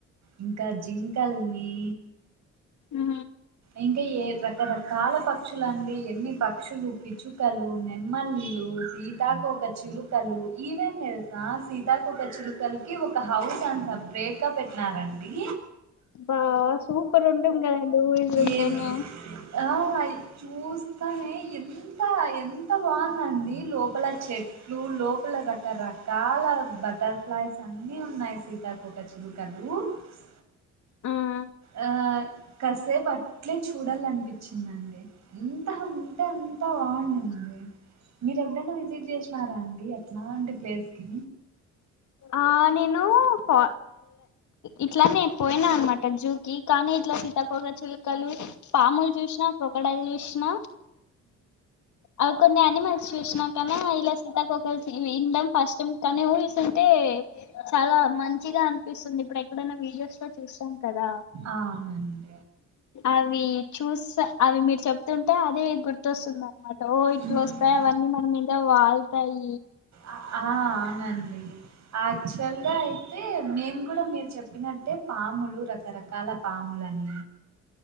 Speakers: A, on the right (about 65°); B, on the left (about 70°).
A: ఇంకా జింకల్ని
B: ఆ
A: ఇంకా ఏ రకరకాల పక్షులండి ఎన్ని పక్షులు పిచ్చుకలు నెమల్ ళ్లు సీతాకోక చిలుకలు ఈవేం తెల్సా సీతాకోక చిలుకల్కి ఒక ఒక హౌస్ అన్ సప్రేట్ గా పెట్నారండి
B: బా సూపర్ ఉంటుంద్ కదండి ఊహిస్తుంటేనే
A: ఏన్ ఆ చూస్తానే ఎంత ఎంత బాగుందండి లోపల చెట్ ఫ్లూ లోపల రకరకాల బటర్ఫ్లైస్ అన్నీ ఉన్నాయి సీతాకోక చిలుకలు ఊ ప్చ్
B: ఉమ్.
A: ఆ కస్ సేప్ అట్లే చూడాలనిపిచ్చిదిం అండి ఎంతః అంటే అం అంత బాగునింది మీరు ఎప్పుడైనా వి సిట్ చేసినారా అండి అట్లాంటి ప్లేస్ కి
B: ఆ నేను పో ఇట్లానే పోయినా అనమాట జూకి కానీ ఇట్లా సీతకోక చిలుకలు పాముల్ చూసినా క్రోకొడయ్ల్ చూసినా ఆ కొన్ని ఆనిమల్స్ చూస్ కాని ఇలా సీతకోక ఇందం ఫస్టం కానీ ఊహిస్సుంటే టే చాలా మంచిగా అనిపిస్తుంది, ఇప్పుడు ఎక్కడైనా వీడియోస్ లో చూస్తాం కదా
A: ఆ అవునండి
B: అవి చూస్స అవి మీరు చెప్ తుంటే అదే గుర్తొస్తుంది, అనమాట ఓ ఇట్ల
A: ఉమ్,
B: వస్తాయ్ అవన్నీ మన మీద వాల్తాయి
A: అ ఆ అవునండి యాక్చువల్ గా అయితే మేము కూడా మీరు చెప్పినట్టే పాములు రకరకాల పాములు అని